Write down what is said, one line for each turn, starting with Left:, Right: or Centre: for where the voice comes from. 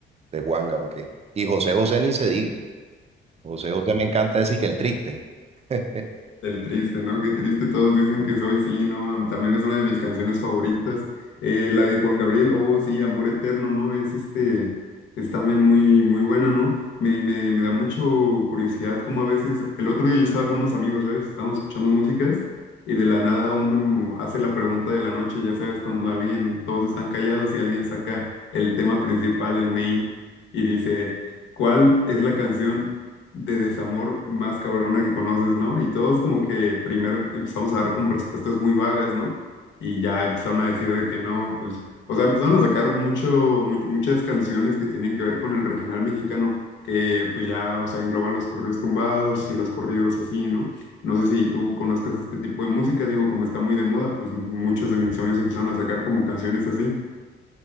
Right: de Juan Gabriel. Y José José ni se diga. José José me encanta decir que el triste. <laughs>
Left: El triste, ¿no? Qué triste todos dicen que soy, sí, ¿no? Am- También es una de mis canciones favoritas. Eh, la de Juan Gabriel, oh, sí, Amor Eterno, ¿no? Es este, es también muy, muy buena, ¿no? Me, me, me da mucho curiosidad como a veces, el otro día yo estaba con unos amigos, ¿sabes? Estábamos escuchando músicas y de la nada uno hace la pregunta de la noche, ya sabes, cuando alguien, todos están callados y alguien saca el tema principal, el main, y dice, ¿cuál es la canción? de desamor más cabrona que conoces, ¿no? Y todos como que primero empezamos a dar como respuestas muy vagas, ¿no? Y ya empezaron a decir de que no, pues, o sea, empezaron a sacar mucho, mu- muchas canciones que tienen que ver con el regional mexicano, que pues ya, o sea, engloban los corridos tumbados y los corridos así, ¿no? No sé si tú conozcas este tipo de música, digo, como está muy de moda, pues muchos de mis amigos empezaron a sacar como canciones así.